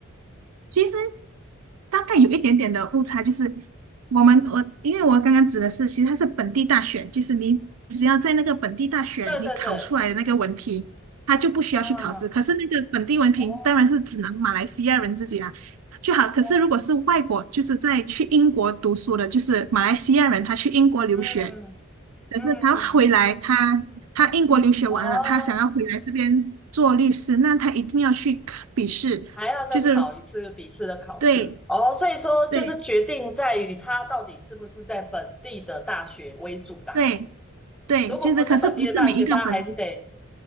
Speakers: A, on the right; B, in the centre.
A: 其实大概有一点点的误差，就是我们我因为我刚刚指的是，其实它是本地大学，就是你只要在那个本地大学你考出来的那个文凭，
B: 对对对，
A: 他就不需要去考试。
B: 啊，
A: 可是那个本地文凭当然是只能马来西亚人自己啦，
B: 哦
A: 就好。可是如果是外国，
B: 哦，
A: 就是在去英国读书的，就是马来西亚人，他去英国留学，
B: 嗯
A: 可是他回来，
B: 嗯，
A: 他他英国留学完了，
B: 哦。
A: 他想要回来这边做律师，那他一定要去考笔试。
B: 还要再考一次笔试的考试哦，
A: 就是对，
B: 所以说就是决定在于他到底是不是在本地的大学为主啦。
A: 对对对，
B: 如果不是本地的大学，
A: 就是可是不是每一个本
B: 他还是得